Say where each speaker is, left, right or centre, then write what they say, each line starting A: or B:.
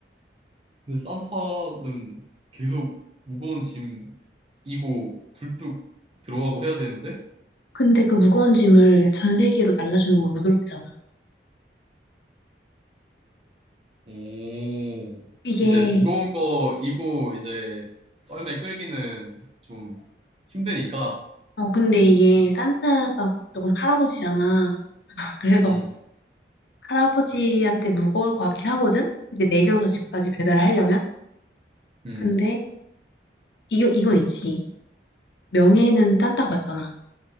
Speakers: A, on the right; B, on the left.
A: 근데 산타는 계속 무거운 짐 이고 굴뚝 들어가고 해야 되는데?
B: 근데 그 무거운 짐을 전 세계로 날라주는 걸로 무드롭잖아.
A: 오.
B: 이게,
A: 이제 무거운 거 이고 이제 썰매 끌기는 좀 힘드니까.
B: 어, 근데 이게 산타가 조금 할아버지잖아. <laughs> 그래서
A: 음.
B: 할아버지한테 무거울 것 같긴 하거든? 이제 내려서 집까지 배달을 하려면?
A: 음.
B: 근데, 이거, 이건 있지. 명예는 산타가 받잖아.